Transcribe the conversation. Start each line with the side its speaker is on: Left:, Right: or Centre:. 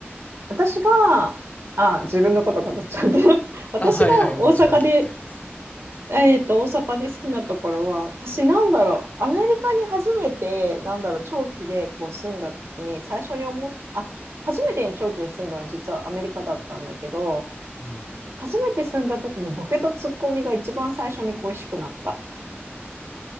Right: 私が、あ、自分のこと語っちゃうけど、<laughs> 私が大阪で、
Left: あ、はいはい、もちろん聞きたいです。
Right: えっと、大阪で好きなところは、私なんだろう、アメリカに初めて、なんだろう、長期でこう住んだ時に、最初に思っあ、初めて長期に住んだのは実はアメリカだったんだけど、
Left: <laughs> うん。
Right: 初めて住んだ時にボケとツッコミが一番最初に恋しくなった。